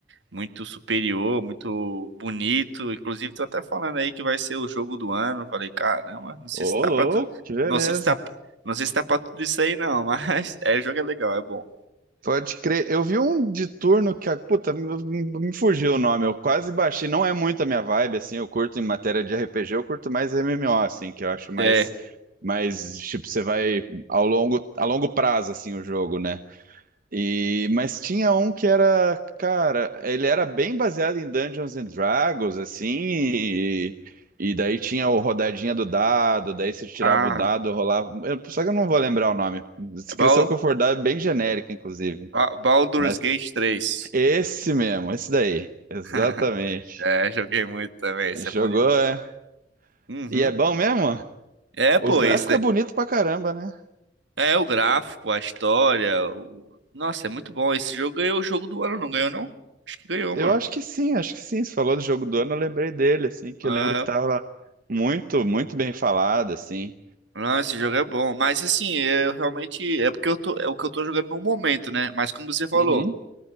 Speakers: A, on the right; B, on the right.
A: muito superior, muito bonito. Inclusive, tô até falando aí que vai ser o jogo do ano. Eu Falei, caramba, não sei
B: Ô,
A: se tá
B: louco,
A: pra tudo.
B: que beleza.
A: Não sei se tá, não sei se tá pra tudo isso aí, não. <laughs> Mas é, o jogo é legal, é bom.
B: Pode crer. Eu vi um de turno que, a- puta, me, me- me fugiu o nome. Eu quase baixei. Não é muito a minha vibe, assim. Eu curto em matéria de RPG, eu curto mais MMO, assim, que eu acho mais,
A: É.
B: mais tipo, você vai ao longo, a longo prazo, assim, o jogo, né? E, mas tinha um que era, cara, ele era bem baseado em Dungeons and Dragons, assim, e, e daí tinha o rodadinha do dado, daí você tirava
A: Ah,
B: o dado, rolava. eu- só que eu não vou lembrar o nome. Descrição
A: é Bal-
B: que eu for dar é bem genérica, inclusive.
A: Ba- Baldur's
B: Mas
A: Gate três.
B: esse mesmo, esse daí. Exatamente.
A: <laughs> É, joguei muito também, isso
B: Jogou,
A: é bom demais.
B: é.
A: Uhum.
B: E é bom mesmo?
A: É, pô,
B: Os gráficos
A: esse é
B: é bonito pra caramba, né?
A: é o gráfico, a história. o- Nossa, é muito bom. Esse jogo ganhou o jogo do ano, não ganhou, não? Acho que ganhou,
B: Eu
A: mano.
B: acho que sim, acho que sim. Você falou do jogo do ano, eu lembrei dele, assim, que
A: É.
B: eu lembro que tava muito, muito bem falado, assim.
A: Não, esse jogo é bom. Mas assim, eu realmente. É porque eu tô. É o que eu tô jogando no momento, né? Mas como você falou,
B: Uhum.